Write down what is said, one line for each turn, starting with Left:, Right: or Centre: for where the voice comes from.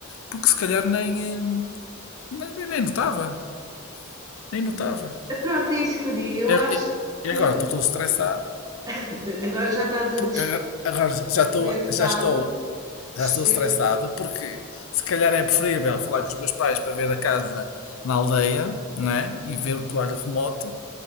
Left: porque se calhar nem, hum, nem, nem- nem notava, nem notava.
Right: Pronto, é isso que eu digo. Eu
Left: E
Right: acho
Left: e-
Right: que
Left: e agora estou todo estressado,
Right: <laughs> agora já estás a
Left: por- eh, agora já estou,
Right: destressar-me.
Left: já estou
Right: Destre-
Left: Já estou estressado porque se calhar é preferível falar com os meus pais para ver a casa na aldeia, né? E ver o toalho remoto,